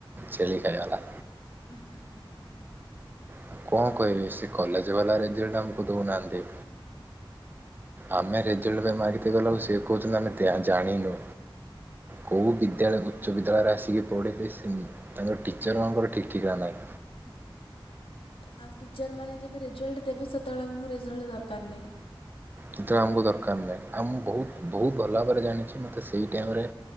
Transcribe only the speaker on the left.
ଉଁ ହେଁ ହେଁ ହେଁ।
ହୁଁ ହେଁ ଆଉ ଟିଚର୍ ମାନେ ଯେବେ ରେଜଲ୍ଟ ଦେବେ ସେତବେଳକୁ ମୋ ରେଜଲ୍ଟ ଦରକାର ନାଇଁ।